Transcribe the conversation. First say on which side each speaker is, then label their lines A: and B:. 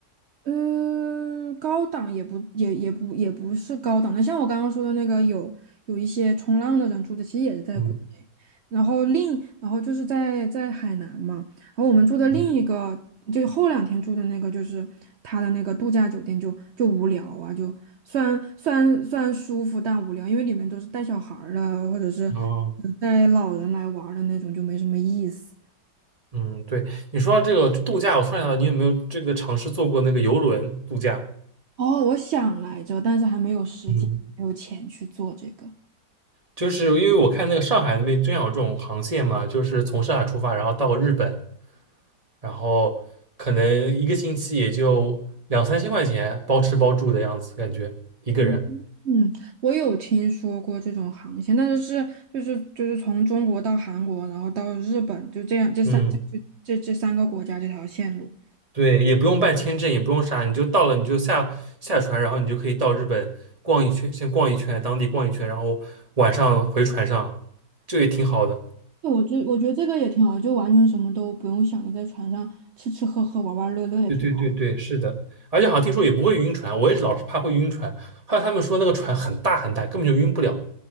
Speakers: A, on the right (about 60°); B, on the right (about 20°).
A: 嗯，高档也不也也不也不是高档的，像我刚刚说的那个有有一些冲浪的人住的，其实也是在国内，
B: 嗯，
A: 然后另然后就是在在海南嘛，然后我们住的另一个就是后两天住的那个就是他的那个度假酒店就就无聊啊，
B: 嗯
A: 就虽然虽然虽然舒服但无聊，因为里面都是带小孩儿的或者是
B: 哦，
A: 呃带老人来玩儿的那种，就没什么意思。
B: 嗯，对，你说到这个度假，我突然想到，你有没有这个尝试坐过那个游轮度假？
A: 哦，我想来着，但是还没有时间，
B: 嗯，
A: 没有钱去做这个。
B: 就是因为我看那个上海那边真有这种航线嘛，就是从上海出发，然后到日本，然后可能一个星期也就两三千块钱，包吃包住的样子，感觉一个人。
A: 嗯，嗯我有听说过这种航线，但是是就是就是从中国到韩国，然后到日本，就这样这三这这这三个国家这条线路。
B: 嗯，对，也不用办签证，也不用啥，你就到了你就下下船，然后你就可以到日本逛一圈，先逛一圈，当地逛一圈，然后晚上回船上，这也挺好的。
A: 对，我觉我觉得这个也挺好，就完全什么都不用想，就在船上吃吃喝喝玩玩乐乐也挺好。
B: 对对对对，是的，而且好像听说也不会晕船，我也是老是怕会晕船。后来他们说那个船很大很大，根本就晕不了。